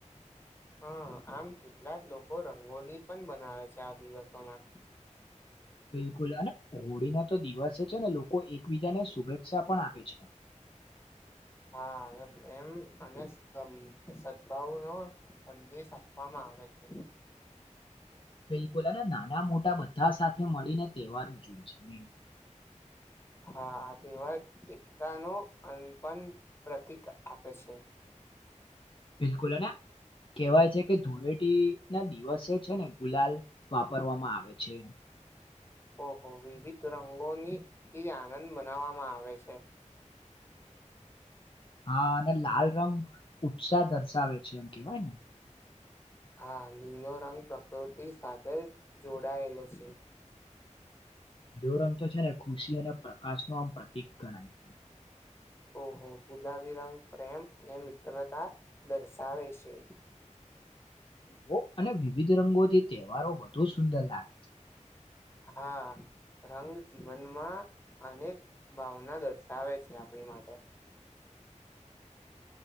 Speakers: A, on the left; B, on the left.
A: હ આમ કેટલાક લોકો રંગોલી પણ બનાવે છે આ દિવસોમાં
B: <inaudible> બિલકુલ અને હોળી ના તો દિવસે છે ને લોકો એકબીજાને શુભેચ્છા પણ આપે છે <inaudible>
A: હા અને એમ અને સદભાવ નો સંદેશ આપવામાં આવે છે.
B: <inaudible> બિલકુલ અને નાના મોટા બધા સાથે મળીને તહેવારું જોઈ છે <inaudible>
A: હા આ તહેવાર એકતાનો અનપ પ્રતિક આપે છે
B: બિલકુલ અને કહેવાય છે કે ધૂળેટી ના દિવસે છે ને ગુલાલ વાપરવામાં આવે છે
A: ઓહો વિવિધ રંગોની એ આનંદ મનાવવામાં આવે છે
B: હા અને લાલ રંગ ઉત્સાહ દર્શાવે છે એમ કવાય ને
A: હા લીલો રંગ પ્રકૃતિ સાથે જોડાયેલો છે
B: લીલો રંગ તો છે ને ખુશી અને પ્રકાશ ન આમ પ્રતિક ગણાય છે
A: ઓહો ગુલાબી રંગ પ્રેમ અને મિત્રતા દર્શાવે છે
B: <inaudible> <unintelligible> અને વિવિધ રંગોથી તહેવારો વધુ સુંદર લાગે છે.
A: હા. રંગ જીવનમાં અનેક ભાવના દર્શાવે છે આપણી માટે.
B: <inaudible>